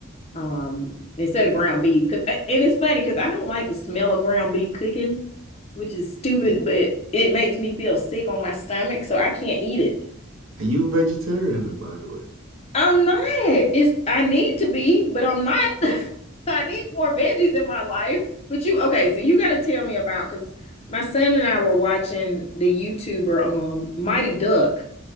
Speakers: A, on the left; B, on the right.
A: um instead of ground beef. Cause and it's funny because I don't like the smell of ground beef cooking which is stupid
B: Are,
A: but it makes me feel sick on my stomach so I can't eat it
B: are you vegetarian, by the way?
A: I'm not it's I need to be but I'm not <laughs> I need more veggies in my life but you okay so you gotta tell me about because my son and I were watching the YouTuber um Mighty Duck